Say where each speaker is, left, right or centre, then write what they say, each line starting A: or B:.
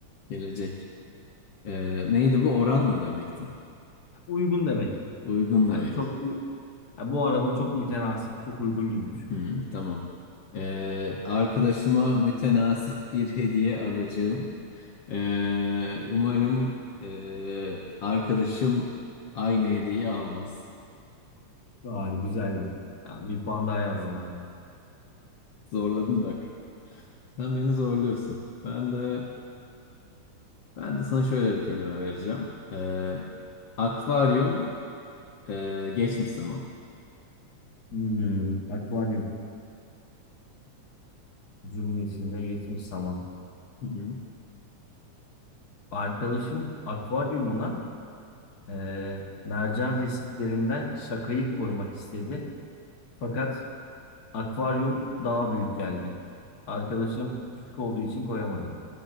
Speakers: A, on the left; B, on the left.
A: Gelecek. Ee, neydi bu? Oran mı demekti?
B: Uygun demek.
A: Uygun demek.
B: Hani çok bu, ya bu araba çok mütenasip, çok uygun gibi düşün.
A: Hmm, tamam. Ee, arkadaşıma mütenasip bir hediye alacağım. Ee, umarım ee, arkadaşım aynı hediyeyi almaz.
B: Vay güzeldi. Ya bir puan daha yazdım abi.
A: Zorladın bak. Sen beni zorluyorsun. Ben de ben de sana şöyle bir kelime vereceğim. Ee, akvaryum ee, geçmiş zaman.
B: Hmm, akvaryum cümlesinde geçmiş zaman.
A: Hı hı.
B: Arkadaşım akvaryumuna eee, mercan resiflerinden şakayı koymak istedi. Fakat akvaryum daha büyük geldi. Arkadaşım küçük olduğu için koyamadı.